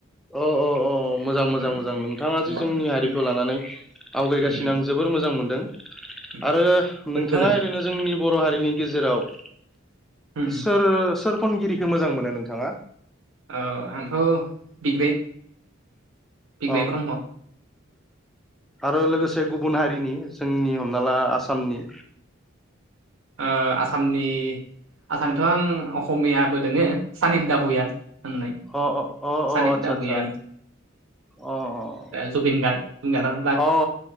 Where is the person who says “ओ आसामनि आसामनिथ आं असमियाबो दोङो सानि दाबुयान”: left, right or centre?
Right